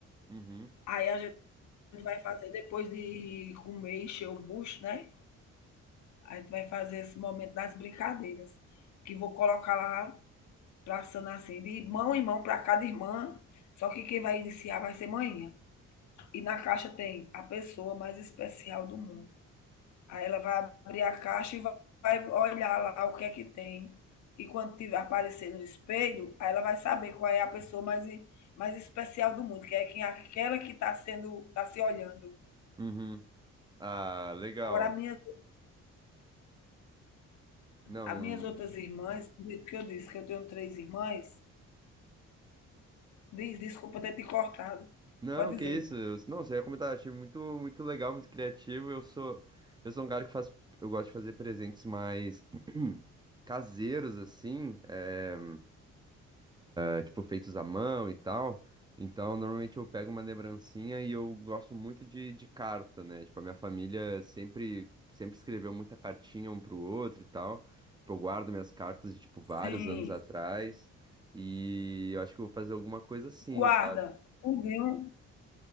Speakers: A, on the right; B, on the left.
A: uhum,
B: Aí a gente vai fazer depois de comer, encher o bucho, né? A gente vai fazer esse momento das brincadeiras, que vou colocar lá traçando assim, de mão em mão para cada irmã, só que quem vai iniciar vai ser manhã. E na caixa tem a pessoa mais especial do mundo. Aí ela vai abrir a caixa e vai, olhar lá o que é que tem. E quando tiver, aparecer no espelho, aí ela vai saber qual é a pessoa mais, mais especial do mundo, que é quem, aquela que está sendo, está se olhando.
A: uhum. Ah, legal.
B: Agora, as minhas,
A: Não,
B: as minhas outras irmãs, do jeito que eu disse, que eu tenho três irmãs, diz, desculpa ter te cortado.
A: não,
B: Pode
A: que
B: dizer.
A: isso? Eu- não, você ia comentar, achei muito, muito legal, muito criativo. Eu sou, eu sou um cara que faz, eu gosto de fazer presentes mais <clears throat> caseiros assim, eh, é, tipo, feitos à mão e tal. Então, normalmente eu pego uma lembrancinha e eu gosto muito de, de carta, né? Tipo, a minha família sempre, sempre escreveu muita cartinha um pro outro e tal. Tipo, eu guardo minhas cartas de, tipo, vários
B: Sim.
A: anos atrás. E eu acho que eu vou fazer alguma coisa assim,
B: Guarda.
A: sabe?
B: Tudinho.